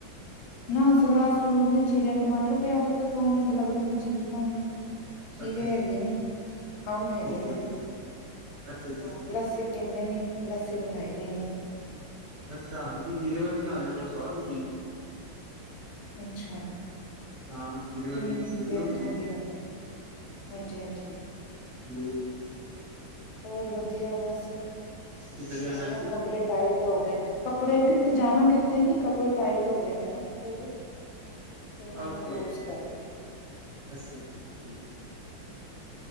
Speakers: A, on the left; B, on the right.
A: ਨਾ, ਸਲਾਦ-ਸਲੂਦ ਨੀ ਚੀਰਿਆ, ਟਮਾਟਰ ਪਿਆਜ ਉ ਤੇ ਦੋ ਮਿੰਟ ਲੱਗਦੇ ਨੇ ਚੀਰ ਲਾਂਗੀ। ਖੀਰੇ
B: ਅੱਛਾ ਅੱਛਾ
A: ਹੈਗੇ ਨੀ, ਅੰਮ ਹੈਗੇ
B: ਓਕੇ
A: ਨੇ,
B: ਓਕੇ ਅੱਛਾ ਅੱਛਾ
A: ਆਂ
B: ਠੀਕ ਹੈ
A: ਲੱਸੀ
B: ਠੀਕ ਹੈ
A: ਪੀਂਦੇ ਨੀ ਲੱਸੀ ਬਣਾਈ ਵੀ ਨੀ।
B: ਅੱਛਾ, ਨਨੀ ਜੀਰੇ ਵਾਲੀ ਬਣਾ ਲਿਆ ਕਰੋ ਸਵਾਦ ਹੁੰਦੀ ਏ।
A: ਅੱਛਾ
B: ਹਾਂ, ਜੀਰੇ ਵਾਲੀ
A: ਕੋਈ
B: ਲੱਸੀ
A: ਨੀ
B: ਵਧੀਆ
A: ਦੇਖਾਂਗੇ
B: ਹੁੰਦੀ ਏ
A: ਹੁਣੇ
B: ਹਾਂ
A: ਹਾਂਜੀ ਹਾਂਜੀ
B: <unintelligible>
A: ਹੋਰ ਵਧੀਆ ਬਸ। ਇਹ
B: ਕਿੱਧਰ ਜਾਣਾ
A: ਨਾ
B: ਅੱਜ
A: ਕੱਪੜੇ ਟਾਈਟ ਹੋ ਗਏ ਨੇ। ਕੱਪੜੇ, ਕਿਥੇ ਜਾਣਾ ਕਿੱਥੇ ਨੀ, ਕੱਪੜੇ ਟਾਈਟ ਹੋ ਗਏ ਨੇ ਨਾ ਥੋੜੇ ਜਿਹੇ। ਤੇ ਮੈਂ
B: ਓਕੇ-ਓਕੇ,
A: ਉਹਨੂੰ ਲੂਜ ਕਰ ਰਹੀ ਹਾਂ
B: ਅੱਛਾ-ਅੱਛਾ, ਠੀਕ ਏ ਠੀਕ ਏ ਜੀ।